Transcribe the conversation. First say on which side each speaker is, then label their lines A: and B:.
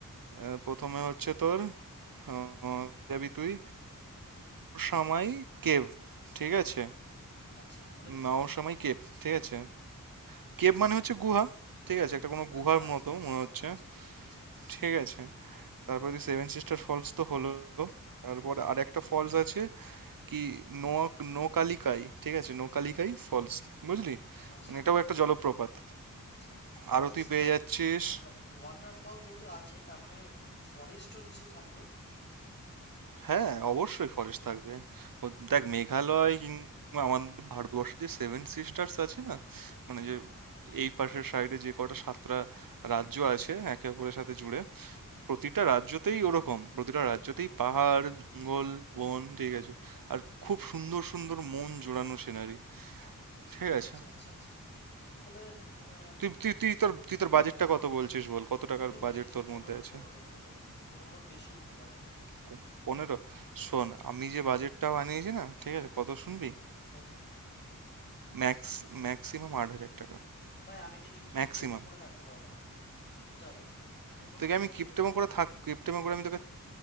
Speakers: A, on the right; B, on the left.
A: আহ, প্রথমে হচ্ছে তোর আহ, যাবি তুই নওশামাই কেভ ঠিক আছে
B: আচ্ছা ওটা কি
A: নওশামাই কেভ ঠিক আছে কেভ মানে হচ্ছে গুহা ঠিক আছে একটা কোনো গুহার
B: আচ্ছা আচ্ছা
A: মতো মনে
B: আচ্ছা
A: হচ্ছে
B: আচ্ছা আচ্ছা
A: ঠিক আছে তারপরে তুই সেভেন সিস্টার ফলস তো হলো তারপরে আর একটা ফলস আছে কি নোয়া নোকালিকাই ঠিক আছে নোকালিকাই ফলস বুঝলি
B: আচ্ছা
A: মানে এটাও একটা জলপ্রপাত
B: আচ্ছা ফলস
A: আরো তুই পেয়ে
B: না
A: যাচ্ছিস
B: আচ্ছা ওয়াটারফল যেহেতু আছে তার মানে ফরেস্টও নিশ্চয়ই থাকবে
A: হ্যাঁ, অবশ্যই ফরেস্ট থাকবে। ও দেখ মেঘালয় কিংবা আমাদের ভারতবর্ষের যে সেভেন সিস্টার্স আছে না? মানে
B: হুম
A: যে এই পাশের সাইডে যে কটা সাতটা রাজ্য আছে একে অপরের সাথে জুড়ে, তো প্রতিটা রাজ্যতেই ওরকম। প্রতিটা রাজ্যতেই পাহাড়, জঙ্গল, বন ঠিক আছে। আর খুব সুন্দর সুন্দর মন জোড়ানো সিনারি। ঠিক আছে।
B: আচ্ছা আচ্ছা আচ্ছা তাহলে আহ,
A: তুই তুই তুই তোর তুই তোর বাজেটটা কত বলছিস বল? কত
B: আমি
A: টাকার
B: তো
A: বাজেট
B: বলেছি
A: তোর
B: পনেরো
A: মধ্যে আছে?
B: পনেরো পনেরো পনেরোর বেশি উঠতে পারবো না আমি
A: প- পনেরো? শোন, আমি যে বাজেটটা বানিয়েছি না, ঠিক আছে? কত শুনবি?
B: কত
A: ম্যাক্স ম্যাক্সিমাম আট হাজার টাকা
B: ভাই আমি কিন্তু কিপটেমে
A: ম্যাক্সিমাম
B: করে থাকতে পারবো না সোজা কথা আমি কোনো
A: তোকে
B: কিপটেমে
A: আমি কিপটেমো
B: করে থাকবো
A: করে
B: না
A: থাক কিপটেমো করে আমি তোকে